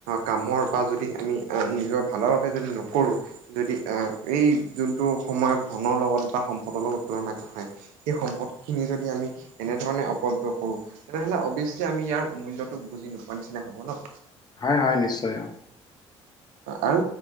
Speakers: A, on the right; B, on the left.
A: কামৰ বা যদি আমি আহ, নিজৰ ভালৰ বাবে যদি নকৰোঁ যদি এ, এই যোনটো সময়ত ধনৰ লগত বা সম্পদৰ লগত তুলনা নহয় সেই সম্পদখিনি যদি আমি এনেধৰণে অপবয় কৰোঁ তেনেহ'লে অভিয়াছলি আমি ইয়াৰ মূল্যটো বুজি নোপোৱা নিচিনা হ'ব ন!
B: হয়, হয়, নিশ্চয় অ'।
A: আৰু